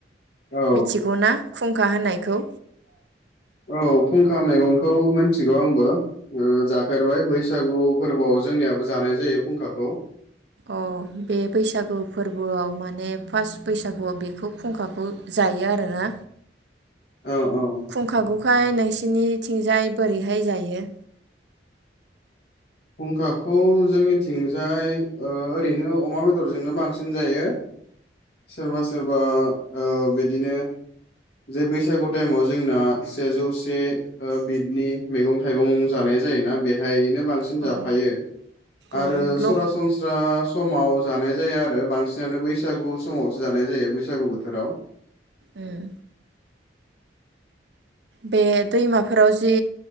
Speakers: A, on the left (about 60°); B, on the right (about 70°).
A: औ
B: मिथिगौ ना खुंखा होननायखौ?
A: औ फुंखा मैगंखौ मिथिगौ आंबो। ओ जाफेर बाय बैसागु फोरबोआव जोंनियाबो जानाय जायो फुंखाखौ
B: अ बे बैसागु फोरबोआव माने फार्स्ट बैसागुआव बेखौ फुंखाखौ जायो आरोना
A: औ औ
B: खुंखाखौ खौहाय नोंसोरनि थिंजाय बोरैहाय जायो
A: फुंखाखौ जोंनिथिंजाय ओ ओरैनो अमा बेदरजोंनो बांसिन जायो सोरबा सोरबा ओ बिदिनो जे बैसागु टाइमाव जोंना सेजौसे बिदनि मैगं थाइगं जानाय जायोना बेहायनो बांसि
B: औ
A: जाफायो आरो
B: औ लक
A: सरासनस्रा समाव जानाय जाया आरो बांसिनानो बैसागु समावसो जानाय जायो बैसागु बोथोराव
B: उम बे दैमाफोराव जि